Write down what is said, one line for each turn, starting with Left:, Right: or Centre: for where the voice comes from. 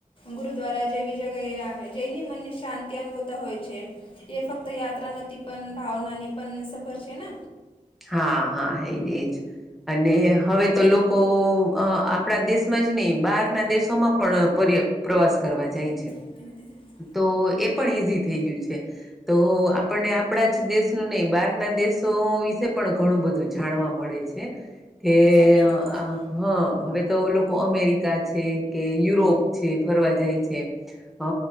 Left: ગુરુદ્વારા જેવી જગ્યા એ આવે જઈની મનને શાંતિ અનુભવતા હોય છે. એ ફક્ત યાત્રા નથી પણ ભાવના ની પણ સફર છે ને.
Centre: હા હા હેજજ અને હવે તો લોકો. આપણા દેશમાં જ નહહી બહારના દેશોમાં પણ પર પ્રવાસ કરવા જાય છે.
Left: કે નથી નથી.
Centre: તો એ. પણ ઈઝી થઈ ગયું છે તો આપણને આપણા જ દેશનું નહીં બહારના દેશો વિશે. પણ ઘણું બધું જાણવા મળે છે કે
Left: સાચી વાત
Centre: આ.
Left: છે
Centre: હા હવે તો લોકો અમેરિકા છે કે યુરોપ છે ફરવા જાય છે. અ